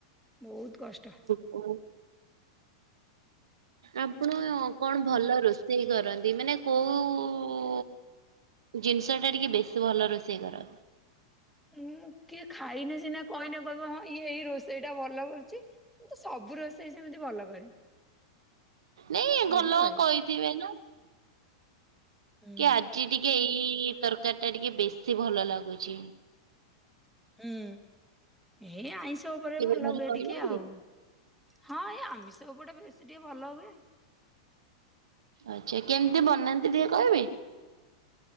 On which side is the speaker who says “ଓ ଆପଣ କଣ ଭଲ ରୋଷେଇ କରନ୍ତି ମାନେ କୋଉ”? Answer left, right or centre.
Right